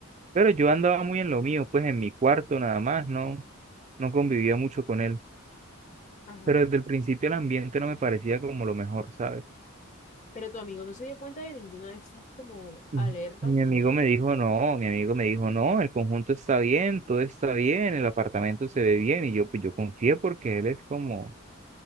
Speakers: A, on the right; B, on the left.
A: pero yo andaba muy en lo mío, pues en mi cuarto nada más, ¿no? no convivía mucho con él,
B: Ajá.
A: pero desde el principio el ambiente no me parecía como lo mejor, ¿sabes?
B: Pero tu amigo no se dio cuenta de ninguna de esas como
A: Mm.
B: alertas
A: Mi
B: ni
A: amigo
B: nada.
A: me dijo, no, mi amigo me dijo, no, el conjunto está bien, todo está bien, el apartamento se ve bien, y yo, pues yo confié porque él es como,